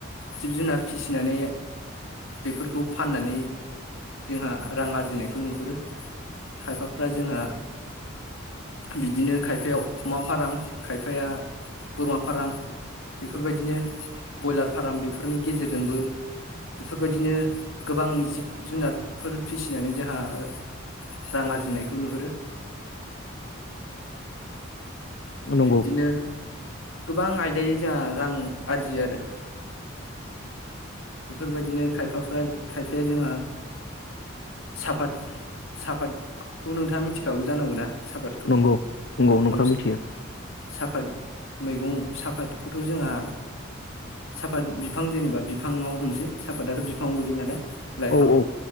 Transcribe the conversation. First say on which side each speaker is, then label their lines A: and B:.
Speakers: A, on the left; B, on the left.
A: जिब जुनार फिसिनानै बेफोरखौ फाननानै जोंहा रां आरजिनायखौ नुहुरो। खायफाफ्रा जोंहा। बिदिनो खायफाया अमा फार्म, खायफाया बोरमा फार्म बेफोरबायदिनो ब्रयलार फार्म बेफोरनि गेजेरजोंबो। बेफोरबायदिनो गोबां जिब जुनारफोर फिसिनानै जोंहा रां आरजिनायखौ नुहुरो।
B: नंगौ
A: बिब्दिनो।
B: नंगौ
A: गोबां आयदायै जोंहा रां आरजियो आरो बेफोरबायदिनो खायफाफ्रा खायफाया जोंहा साफाद साफातखौ नोंथाङा मिथिखागौ जानांगौना। सापादखौ
B: नंगौ नोंथां
A: औ
B: मिथियो
A: साफात मैगं साफातखौथ' जोंहा साफात बिफां जेनेबा। बिफाङाव हमसै। साफाताथ' बिफाङाव गोलैयो नालाय लाइफां
B: औ औ